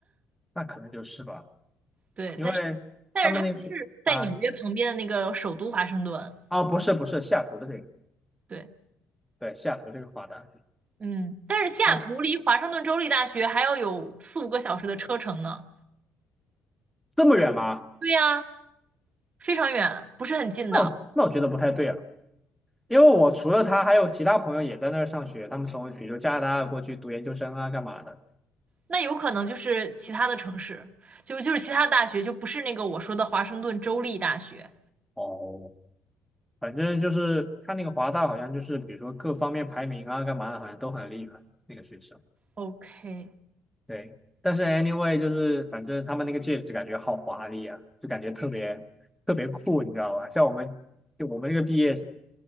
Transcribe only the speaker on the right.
对，
但是但是它不是在纽约旁边的那个首都华盛顿，
对，
嗯，但是西雅图离华盛顿州立大学还要有四五个小时的车程呢，
对呀，非常远，不是很近的，
那有可能就是其他的城市，就就是其他大学，就不是那个我说的华盛顿州立大学。
OK，